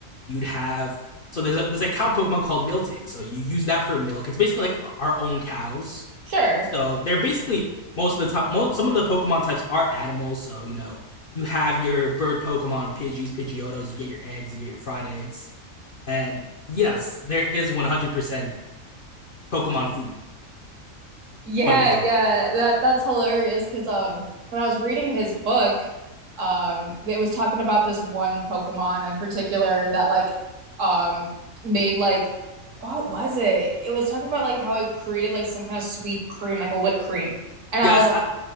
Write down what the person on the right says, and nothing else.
Sure.
Yeah,
yeah, that that's hilarious because um when I was reading his book, um it was talking about this one Pokemon in particular that like um made like what was it? It was talking about like how it created like some kind of sweet cream, like a whipped cream. And I
was like,